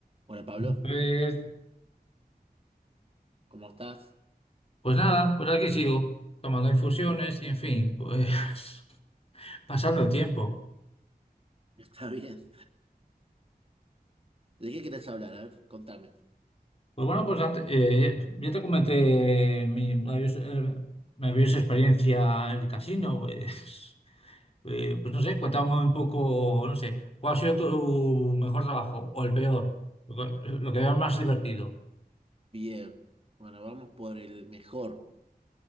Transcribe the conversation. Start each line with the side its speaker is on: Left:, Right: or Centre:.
Right: Hola Pablo,
Left: Pues,
Right: ¿cómo estás?
Left: pues nada, pues aquí sigo, tomando infusiones y en fin, pues <laughs> pasando el tiempo.
Right: <laughs> Está bien. ¿De qué querés hablar? A ver, contame.
Left: Pues bueno, pues antes, eh, yo te comenté mi maravillosa, eh, maravillosa experiencia en el casino, pues, eh, pues no sé, cuéntame un poco, no sé, ¿cuál ha sido tu mejor trabajo o el peor? Lo que, lo que veas más divertido.
Right: Bien. Bueno, vamos por el mejor.